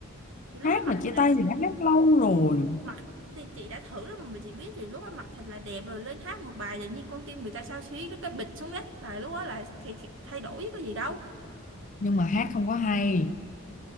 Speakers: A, on the right; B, on the left.
A: Thì lúc
B: Hát
A: đó mặc
B: mà
A: thì
B: chia
A: là
B: tay thì đã hát lâu rồi
A: mặc thì chị đã thử rồi mà mà chị biết thì lúc đó mặc thật là đẹp rồi lên hát một bài tự nhiên con tim người ta xao xuyến nó cái bịch xuống đất là lúc đó là khi, khi thay đổi chứ có gì đâu
B: Nhưng mà hát không có hay